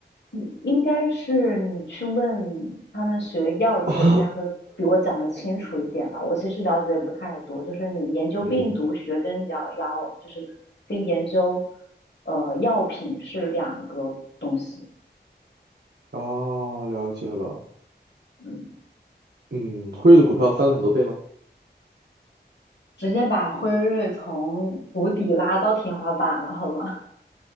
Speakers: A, on the left; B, on the right.
A: 你应该是你去问他们学药剂的，
B: <coughs>
A: 应该会比我讲的清楚一点吧。我其实了解的也不太多，就是你研究病毒学跟疗药，
B: 嗯。
A: 就是跟研究呃药品是两个东西。
B: 哦，了解了。
A: 嗯，
B: 嗯，辉瑞的股票翻了很多倍吗？
A: 直接把辉瑞从谷底拉到天花板了，好吧？